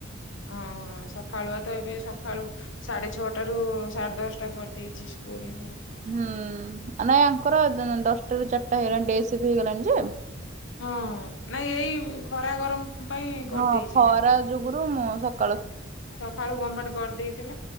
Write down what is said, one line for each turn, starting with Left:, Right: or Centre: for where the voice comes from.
Left: ହଁ ହଁ ସକାଳୁଆ ତ ଏବେ ସ ସକାଳୁ, ସାଢେ ଛଅଟା ରୁ ସାଢେ ଦଶଟା କରିଦେଇଛି ସ୍କୁଲ ହମ୍ ହଁ।
Right: ହୁଁ ନାଇଁ ଆଙ୍କର ହଁ ଦଶଟା ରୁ ଚାରିଟା ହେଇଗଲାଣି, ଡେ ସିଫ୍ଟ ହେଇଗଲାଣି ଯେ।
Left: ହଁ, ନାଇଁ ଏଇ ଖରା ଗରମ। ପାଇଁ କରିଦେଇଛି
Right: ହଁ ଖରା
Left: ନା।
Right: ଯୁଗୁରୁ ମୁଁ ସତ
Left: ସକାଳୁ ଗମେଣ୍ଟ କରିଦେଇଥିଲା।